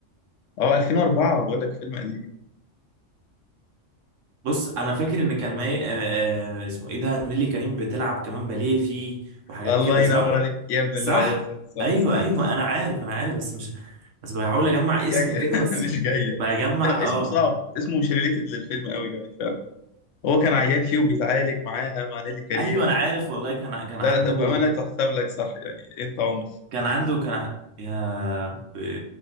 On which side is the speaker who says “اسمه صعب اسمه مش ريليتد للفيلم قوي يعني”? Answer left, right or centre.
Left